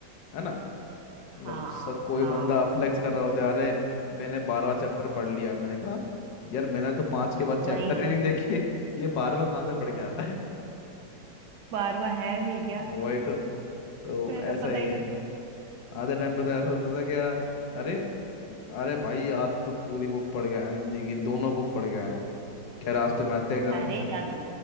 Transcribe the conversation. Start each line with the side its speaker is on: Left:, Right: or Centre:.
Left: है ना मतलब
Right: हाँ
Left: सब कोई
Right: हाँ
Left: बंदा फ्लेक्स कर रहा होता है अरे मैंने बारहवा चैप्टर पढ़ लिया है मैंने कहा यार मैंने तो पाँच के बाद चैप्टर
Right: वही
Left: ही
Right: तो
Left: नहीं देखे ये बारहवा कहाँ से पढ़ के आ रहा है
Right: बार बार है भी क्या
Left: <laughs> वही तो तो
Right: मुझे तो
Left: ऐसा
Right: पता
Left: ही
Right: ही
Left: है
Right: नहीं था
Left: आधे टाइम पे तो ऐसा होता था कि यार अरे अरे भाई आज तो पूरी बुक पढ़ के आया हूँ हिंदी की दोनों बुक पढ़ के आया हूँ खैर आज तो मैथ का एग्जाम
Right: अरे
Left: है
Right: ज्यादा